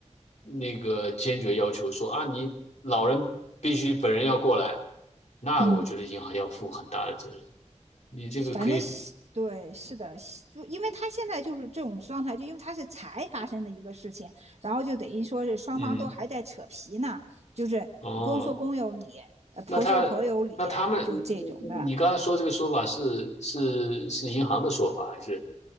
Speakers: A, on the left; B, on the right.
A: 那个坚决要求说啊，你老人必须本人要过来，那我觉得银行要负很大的责任。
B: 嗯，
A: 你这个可以，
B: 反正是对，是的，就因为他现在就是这种状态，就因为他是才发生的一个事情，然后就等于说是双方都还在扯皮呢，
A: 嗯，
B: 就是公说公有理，
A: 哦，
B: 呃婆说婆有理，
A: 那他那他们，
B: 就这种的。
A: 你你刚才说这个说法是是是银行的说法，还是